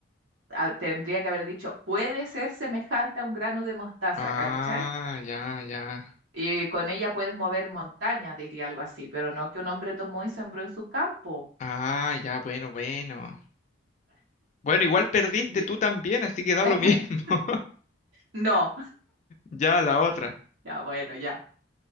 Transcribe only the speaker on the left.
Ah,
ya, ya.
Ah, ya, bueno, bueno. Bueno, igual perdiste
tú también, así que da
lo mismo. <laughs>
Ya, la otra.